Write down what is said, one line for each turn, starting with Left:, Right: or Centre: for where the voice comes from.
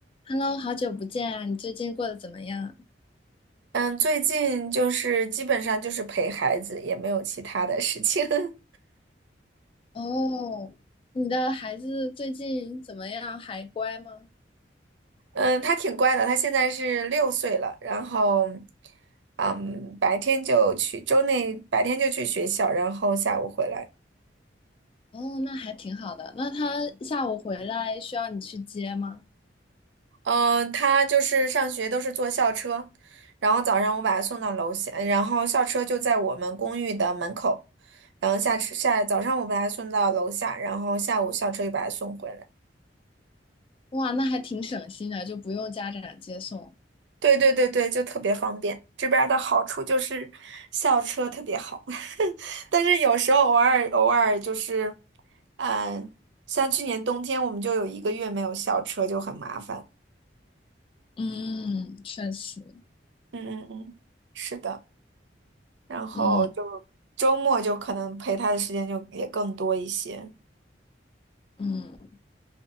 Left: Hello，好久不见啊！你最近过得怎么样？
Right: 嗯，最近就是基本上就是陪孩子，也没有其他的事情。<laughs>
Left: 哦，你的孩子最近怎么样？还乖吗？
Right: 嗯，他挺乖的，他现在是六岁了，然后，嗯，白天就去，周内白天就去学校，然后下午回来。
Left: 哦，那还挺好的。那他下午回来需要你去接吗？
Right: 嗯，他就是上学都是坐校车，然后早上我把他送到楼下，然后校车就在我们公寓的门口，然后下下早上我把他送到楼下，然后下午校车又把他送回来。
Left: 哇，那还挺省心的，就不用家长接送。
Right: 对对对对，就特别方便。这边儿的好处就是校车特别好，<laughs> 但是有时候偶尔偶尔就是，嗯，像去年冬天我们就有一个月没有校车，就很麻烦。
Left: 嗯，确实。
Right: 嗯嗯嗯，是的。然后就周末就可能陪他的时间就也更多一些。
Left: 嗯嗯，